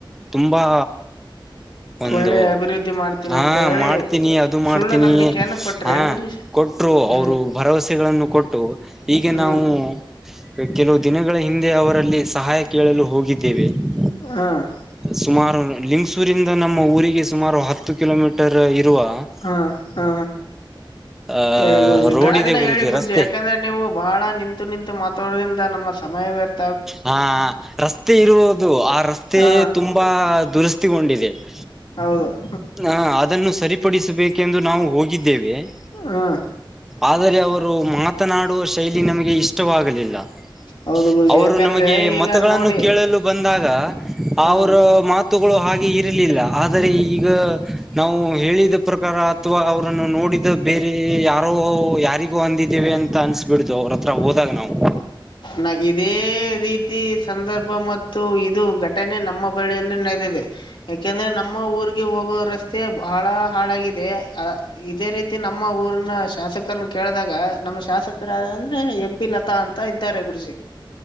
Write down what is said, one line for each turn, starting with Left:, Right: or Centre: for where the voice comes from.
Centre: ತುಂಬಾ ಒಂದು
Left: ಒಳ್ಳೆ ಅಭಿವೃದ್ಧಿ ಮಾಡ್ತೀನಿ
Centre: ಹ.
Left: ಅಂತ ಹೇಳಿ
Centre: ಮಾಡ್ತೀನಿ ಅದು
Left: ಸುಳ್ಳು
Centre: ಮಾಡ್ತೀನಿ
Left: ನಂಬಿಕೆಯನ್ನು ಕೊಟ್ರಿ
Centre: ಹಾ.
Left: ಏನ್ ಗುರುಜಿ
Centre: <unintelligible> ಕೊಟ್ಟರು
Left: ಹ್ಮ್
Centre: ಅವರು ಭರವಸೆಗಳನ್ನು ಕೊಟ್ಟು ಹೀಗೆ
Left: ಹ್ಮ್
Centre: ನಾವು? <unintelligible> ಕೆಲವು ದಿನಗಳ ಹಿಂದೆ ಅವರಲ್ಲಿ ಸಹಾಯ ಕೇಳಲು ಹೋಗಿದ್ದೇವೆ. <unintelligible>
Left: ಹಾ. <unintelligible>
Centre: ಸುಮಾರು ಲಿಂಗಸೂರಿಂದ ನಮ್ಮ ಊರಿಗೆ ಸುಮಾರು ಹತ್ತು ಕಿಲೋಮೀಟರ್ ಇರುವ, <unintelligible>
Left: ಹಾ ಹಾ
Centre: ಅಹ
Left: ಹೇಳಿ ಗುರೂಜಿ
Centre: ರೋಡ್
Left: ಗಡ
Centre: ಇದೆ
Left: ಗಡ
Centre: ಗುರುಜಿ
Left: ಹೇಳಿ ಗುರೂಜಿ
Centre: ರಸ್ತೆ
Left: ಯಾಕಂದ್ರೆ, <unintelligible> ನೀವು ಬಹಳ ನಿಂತು ನಿಂತು ಮಾತಾಡೋದಿಂದ ನಮ್ಮ ಸಮಯ ವ್ಯರ್ಥ <unintelligible>
Centre: ಹಾ ರಸ್ತೆ ಇರುವುದು ಆ ರಸ್ತೆ
Left: ಹ
Centre: ತುಂಬಾ ದುರಸ್ತಿಗೊಂಡಿದೆ. <unintelligible>
Left: ಹೌದು? <unintelligible>
Centre: ಹಾ ಅದನ್ನು ಸರಿಪಡಿಸಬೇಕೆಂದು ನಾವು ಹೋಗಿದ್ದೇವೆ. <unintelligible>
Left: <unintelligible>
Centre: ಆದರೆ ಅವರು ಮಾತನಾಡುವ ಶೈಲಿ ನಮಗೆ ಇಷ್ಟವಾಗಲಿಲ್ಲ. <unintelligible>
Left: ಹೌದು ಗುರುಜಿ
Centre: ಅವರು
Left: ಯಾಕಂದ್ರೆ
Centre: ನಮಗೆ
Left: ಈಗ
Centre: ಮತಗಳನ್ನು
Left: ನೋಡಿ
Centre: ಕೇಳಲು. <unintelligible> ಬಂದಾಗ ಅವರು
Left: ಹ್ಮ್
Centre: ಮಾತುಗಳು ಹಾಗೆ ಇರಲಿಲ್ಲ. <unintelligible> ಆದರೆ ಈಗ ನಾವು ಹೇಳಿದ <unintelligible> ಪ್ರಕಾರ ಅಥವಾ ಅವರನ್ನು ನೋಡಿದ ಬೇರೆ ಯಾರೋ ಯಾರಿಗೂ ಅಂದಿದ್ದೇವೆ ಅಂತ ಅನ್ಸ <unintelligible> ಬಿಡ್ತು ಅವರ ಹತ್ರ ಹೋದಾಗ ನಾವು? <unintelligible>
Left: ನನಗ ಇದೇ ರೀತಿ ಸಂದರ್ಭ ಮತ್ತು ಇದು ಘಟನೆ ನಮ್ಮ <unintelligible> ಹುಬ್ಬಳ್ಳಿಯಲ್ಲಿ ನವಿದಿದೆ. <unintelligible> ಯಾಕೆಂದ್ರೆ ನಮ್ಮ ಊರಿಗೆ ಹೋಗೋ ರಸ್ತೆ ಬಾಳ ಹಾಳಾಗಿದೆ ಅ <unintelligible> ಇದೇ ರೀತಿ ನಮ್ಮ ಊರಿನ ಶಾಸಕರನ್ನ ಕೇಳಿದಾಗ ನಮ್ಮ ಶಾಸಕರ ಯಾರ್ ಅಂದ್ರೆ ಎಂ ಪಿ ಲತಾ ಅಂತ <unintelligible> ಹತ್ತಾ ಇದ್ದಾರೆ ಗುರುಜಿ